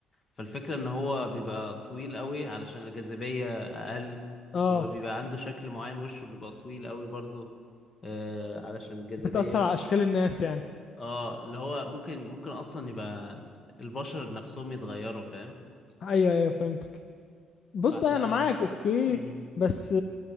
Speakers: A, on the left (about 25°); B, on the left (about 45°).
A: فالفكرة إن هو بيبقى طويل قوي علشان الجاذبية أقل
B: اه
A: وبيبقى عنده شكل معين وشه بيبقى طويل قوي برضه آه، علشان الجاذبية
B: بتأثر على أشكال الناس يعني
A: اه اللي هو ممكن ممكن اصلا يبقى البشر نفسهم يتغيروا فاهم
B: أيوه أيوه فهمتك بص
A: فاحنا
B: أنا معاك أوكي
A: مم.
B: بس